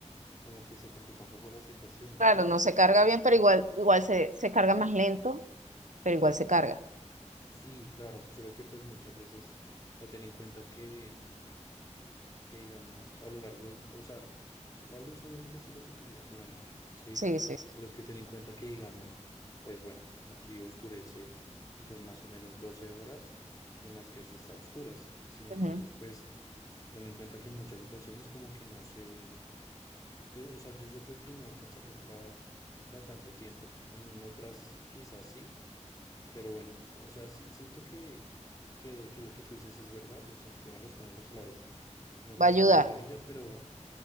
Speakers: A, on the left; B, on the right.
A: como que se complica un poco la situación,
B: Claro,
A: ¿sí?
B: no se carga bien, pero igual, igual se, se carga más lento, pero igual se carga.
A: Sí, claro, solo que pues muchas veces, o sea, ten en cuenta que que digamos a lo largo del, o sea, la luz obviamente solo se utiliza por la noche, ¿sí?
B: Sí, sí, sí.
A: Pero es que ten en cuenta que digamos, pues bueno, aquí oscurece y son más o menos 12 horas en las que se está a oscuras, ¿sí? Entonces,
B: Ujú.
A: pues ten en cuenta que en muchas ocasiones como que no se, eh, o sea, yo, yo creo que no alcanzaría para, para tanto tiempo, en otras quizás sí, pero bueno, o sea, si- siento que, que, que lo que tú dices es verdad, o sea, el tema de los paneles solares es una
B: Va
A: completa
B: a ayudar,
A: maravilla, pero